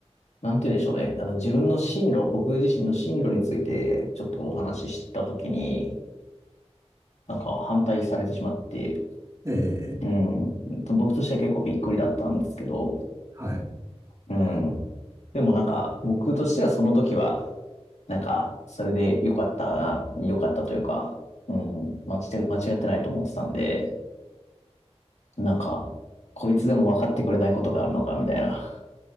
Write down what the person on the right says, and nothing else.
え
ー、はい。